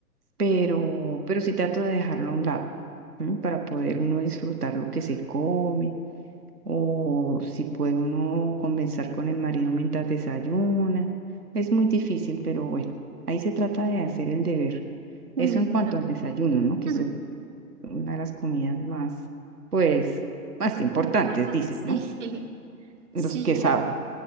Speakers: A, on the right; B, on the right.
A: pero, pero sí trato de dejarlo a un lado, ¿m? Para poder uno disfrutar lo que se come, o si puede uno conversar con el marido mientras desayuna. Es muy difícil, pero bueno, ahí se trata de hacer el deber.
B: No.
A: Eso en cuanto al desayuno, ¿no? Que
B: <laughs>
A: eso es una de las comidas más, pues, más importantes,
B: Importante.
A: dicen,
B: Sí,
A: ¿no?
B: <laughs>
A: Los
B: sí,
A: que
B: no.
A: saben.